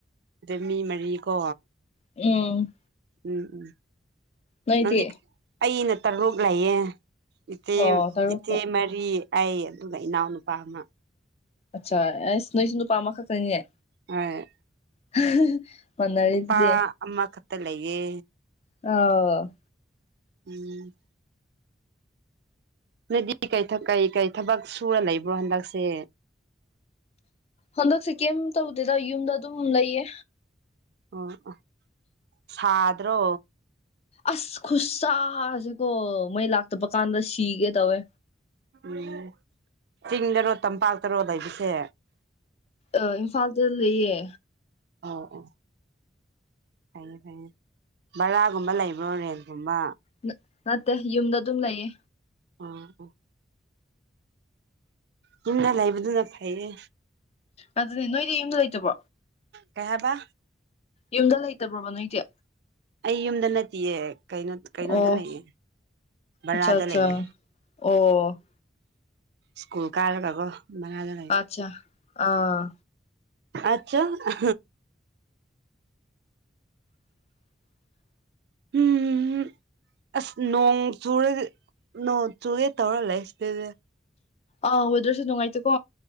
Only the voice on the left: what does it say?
ꯎꯝ
ꯅꯣꯏꯗꯤ
ꯑꯣ ꯇꯔꯨꯛ
ꯑꯆꯥ ꯑꯦꯁ ꯅꯣꯏꯁꯤꯡ ꯅꯨꯄꯥ ꯑꯃ ꯈꯛ ꯈꯪꯅꯤꯅꯦ
<unintelligible>
ꯑꯗꯨꯗꯤ
ꯑꯣ
ꯍꯟꯗꯛꯁꯦ ꯀꯩꯝ ꯇꯧꯗꯦꯗ ꯌꯨꯝꯗ ꯑꯗꯨꯝ ꯂꯩꯌꯦ
ꯑꯁ ꯈꯨꯠ ꯁꯥꯁꯤꯀꯣ ꯃꯩ ꯂꯥꯛꯇꯕ ꯀꯥꯟꯗ ꯁꯤꯒꯦ ꯇꯧꯋꯦ
ꯑ ꯏꯝꯐꯥꯜꯗ ꯂꯩꯌꯦ
ꯅꯠ ꯅꯠꯇꯦ ꯌꯨꯝꯗ ꯑꯗꯨꯝ ꯂꯩꯌꯦ
ꯑꯗꯨꯅꯦ ꯅꯣꯏꯗꯤ ꯌꯨꯝꯗ ꯂꯩꯇꯕꯣ
ꯌꯨꯝꯗ ꯂꯩꯇꯕ꯭ꯔꯣꯕ ꯅꯣꯏꯖꯦ
ꯑꯣ
ꯑꯠꯆꯥ ꯑꯠꯆꯥ
ꯑꯣ
ꯑꯆꯥ ꯑꯥ
<unintelligible>
ꯑꯥ ꯋꯦꯗ꯭ꯔꯁꯦ ꯅꯨꯡꯉꯥꯏꯇꯦꯀꯣ